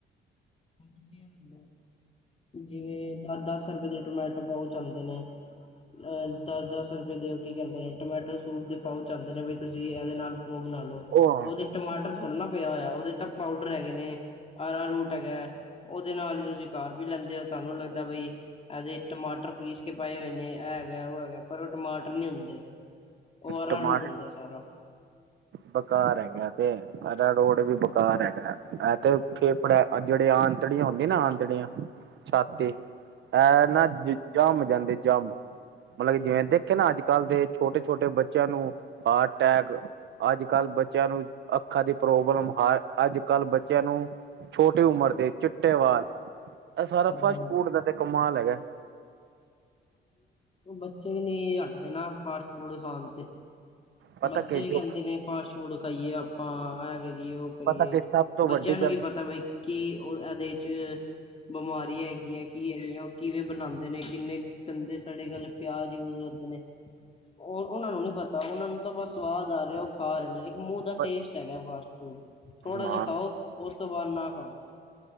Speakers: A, on the left; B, on the right.
A: ਤੁਸੀ ਜਿਵੇਂ ਦ ਦਸ ਰੁਪਏ ਦੇ ਟਮੈ ਬਹਚ ਆਉਂਦੇ ਨੇ ਅਹ ਦਸ ਦਸ ਰੁਪਏ ਦਿਓ ਕੀ ਕਹਿੰਦੇ ਨੇ ਟਮੈਟੋ ਸੂਟ ਦੇ ਪਾਓ ਚ ਆਦੇ ਨੇ ਬ ਤੁਸੀਂ ਇਹਦੇ ਨਾਲ ਉਹ ਬਣਾ ਲੋ
B: ਉਹ
A: ਉਹਦੇ ਟਮਾਟਰ ਥੋੜੇ ਨਾ ਪਿਆ ਹੋਇਆ ਉਹਦੇ ਤਾਂ ਪਾਊਡਰ ਹੈਗੇ ਨੇ ਆਰਾ ਰੂਟ ਉਹਦੇ ਨਾਲ ਹੀ ਤੁਸੀਂ ਘਰ ਵੀ ਲੈਂਦੇ ਹੋ ਤੁਹਾਨੂੰ ਲੱਗਦਾ ਬਈ ਇਹਦੇ ਟਮਾਟਰ ਪੀਸ ਕੇ ਪ <inaudible> ਉਹ ਹੈਗਾ ਪਰ ਉਹ ਟਮਾਟਰ ਨੀ ਹੁੰਦੇ ਉਹ ਆਰਾ
B: ਟਮਾ
A: ਰੂਟ ਹੁੰਦਾ ਸਾਰਾ।
B: ਬੇਕਾਰ ਹੈਗਾ ਤੇ ਸਾ ਰੋਡ ਵੀ ਬੇਕਾਰ ਹੈਗਾ। ਆ ਤੇ
A: ਹਾਂਜੀ
B: ਫੇਫੜੇ ਜਿਹੜੇ ਆਂਤੜੀਆਂ ਹੁੰਦੀਆਂ ਨਾ ਆਂਤੜੀਆਂ ਛਾਤੀ ਤੇ- ਹੈ
A: ਹਾਂਜੀ
B: ਨਾ ਜਮ ਜਾਂਦੇ ਜਮ। ਮਤਲਬ ਕਿ ਜਿਵੇਂ ਦੇਖੇ ਨਾ ਅੱਜ ਕੱਲ੍ਹ ਦੇ ਛੋਟੇ ਛੋਟੇ ਬੱਚਿਆਂ ਨੂੰ ਹਾਰਟ ਅਟੈਕ ਅੱਜ ਕੱਲ ਬੱਚਿਆਂ ਨੂੰ ਅੱਖਾਂ ਦੀ ਪ੍ਰੋਬਲਮ ਹ ਅੱਜ ਕੱਲ ਬੱਚਿਆਂ ਨੂੰ ਛੋਟੀ ਉਮਰ ਚਿੱਟੇ ਵਾਲ ਇਹ ਸਾਰਾ
A: ਹਾਂਜੀ
B: ਫਸਟ ਫੂਡ ਦਾ ਤੇ ਕਮਾਲ ਹੈਗਾ।
A: ਬੱਚੇ ਵੀ ਨਹੀਂ ਹਟਦੇ ਨਾ ਫਾਸਟ ਫੂਡ ਖਾਣ ਤੇ
B: ਪਤਾ
A: ਬੱਚੇ
B: ਕਿ
A: ਵੀ
B: ਜੋ
A: ਕਹਿੰਦੇ ਨੇ ਫਾਸਟ ਫੂਡ ਖਾਈਏ ਆਪਾਂ ਇਹ ਕਰੀਏ ਉਹ ਕਰੀਏ
B: ਪਤਾ ਕਿ ਸਭ ਤੋਂ
A: ਬੱਚਿਆਂ
B: ਵੱਡੀ
A: ਨੂੰ
B: ਗੱਲ
A: ਕੀ ਪਤਾ ਵੀ ਕਿ ਉਹ ਇਹਦੇ ਚ ਬਿਮਾਰੀਆਂ ਹੈਗੀਆਂ ਕੀ ਹੈਗੀ ਆ ਉਹ ਕਿਵੇਂ ਬਣਾਉਂਦੇ ਨੇ ਕਿੰਨੇ ਗੰਦੇ ਸਾਡੇ ਗੱਲ ਪਿਆਜ ਯੂਜ ਕਰਦੇ ਨੇ। ਉਹ ਉਹਨਾਂ ਨੂੰ ਨੀ ਪਤਾ ਉਹਨਾਂ ਨੂੰ ਆਪਾਂ ਸਵਾਦ ਆ ਰਿਹਾ ਉਹ ਖਾ ਰਹੇ ਨੇ ਇੱਕ ਮੂੰਹ ਦਾ
B: ਪ-
A: ਟੇਸਟ ਹੈਗਾ ਫਾਸਟ ਫੂਡ ਥੋੜਾ
B: ਹਾਂ
A: ਜਿਹਾ ਖਾਓ ਉਸ ਤੋਂ ਬਾਹਦ ਨਾ ਕਰੋ।